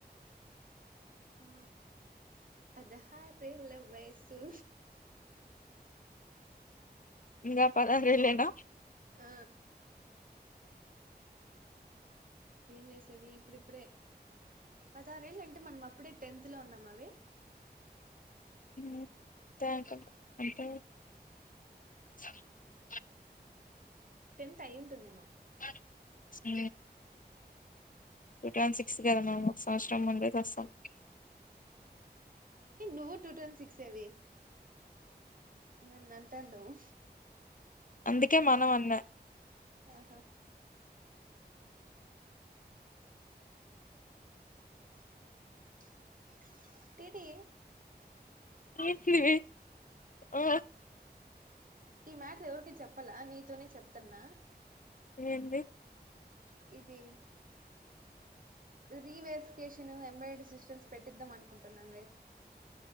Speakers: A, on the right; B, on the left.
A: ఆ పదహారేళ్ళ వయసు
B: ఇంకా పదరేల్లేన.
A: ఆ ఏం చేసేది ఇప్పుడిప్పుడే పదారేళ్ళంటే మనం అ ప్పుడే టెన్త్ లో ఉన్నమవే.
B: <unintelligible>
A: టెన్త్ అయుంటుందేమో.
B: <unintelligible> టూ థౌసండ్ సిక్స్ గదా మనం ఒక సంవత్సరం ముందే చేస్తాం.
A: ఏ నువ్వు టూ థౌసండ్ సిక్స్ అవి నన్ అంటండవు.
B: అందుకే మనం అన్న
A: ఆహా <inaudible> టీ టీ
B: టీ టీ ఆ
A: ఈ మ్యాట్రు ఎవరికి చెప్పలా నీతోనే చెప్తున్నా.
B: ఏంది
A: ఇదీ రీవేరిఫికేషనూ ఎంబ్రయిడరి సిస్టమ్స్ పెట్టిద్దాం అనుకుంటున్నాన్ వే